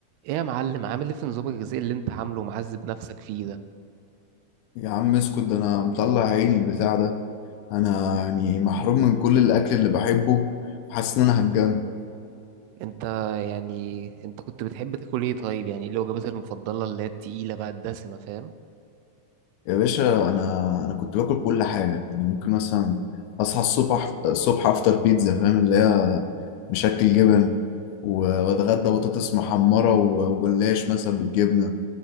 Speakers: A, on the right; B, on the left.
A: ايه يا معلم عامل ايه في نظام الغذائي اللي انت عامله ومعذب نفسك فيه ده
B: يا عم اسكت ده انا مطلع عيني البتاع ده انا يعني محروم من كل الاكل اللي بحبه حاسس ان انا هتجن
A: انت يعني انت كنت بتحب تاكل ايه طيب يعني ايه الوجبات المفضلة اللي هي التقيلة بقى الدسمة فاهم
B: يا باشا انا انا كنت باكل كل حاجه يعني ممكن مثلا اصحى الصبح الصبح افطر بيتزا فاهم اللي هي مشكل جبن و- واتغدى بطاطس محمره و- وجلاش مثلا بالجبنه